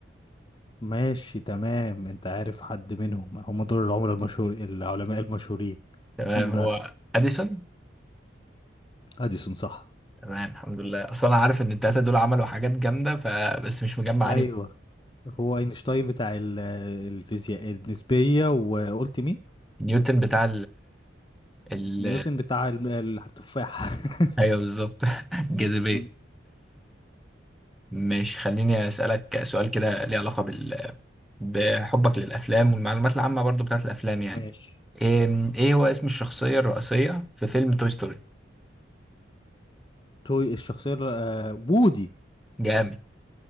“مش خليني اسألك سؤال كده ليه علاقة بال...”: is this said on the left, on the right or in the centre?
Centre